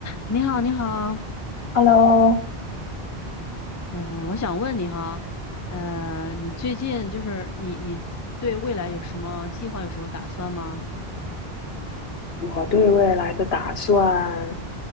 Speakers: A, on the left; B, on the left.
A: 你好，你好，
B: Hello，
A: 嗯，我想问你哈，呃，你最近就是你你对未来有什么计划，有什么打算吗？
B: 我对未来的打算